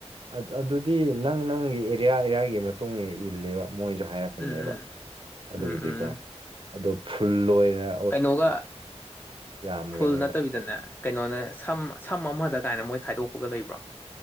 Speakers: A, on the right (about 50°); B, on the left (about 15°).
A: ꯑꯗꯨ ꯑꯗꯨꯗꯤ ꯅꯪ ꯅꯪꯒꯤ ꯑꯦꯔꯤꯌꯥ ꯑꯦꯔꯤꯌꯥꯒꯤ ꯃꯇꯨꯡ ꯏꯜꯂꯦꯕ ꯃꯣꯏꯅꯁꯨ ꯍꯥꯏꯔꯛꯀꯅꯦꯕ
B: ꯎꯝ ꯎꯝ
A: ꯑꯗꯨꯕꯨꯗꯤꯀꯣ
B: ꯎꯝ ꯎꯝ
A: ꯑꯗꯣ ꯐꯨꯜ ꯑꯣꯏꯔ
B: ꯀꯩꯅꯣꯒ
A: ꯌꯥꯝꯒꯅꯦꯕ
B: ꯐꯨꯜ ꯅꯠꯇꯕꯤꯗꯅꯦ ꯀꯩꯅꯣꯅꯦ ꯁꯝ ꯁꯝ ꯑꯃꯗ ꯀꯥꯏꯅ ꯃꯣꯏ ꯈꯥꯏꯗꯣꯛꯄꯒ ꯂꯩꯕ꯭ꯔꯣ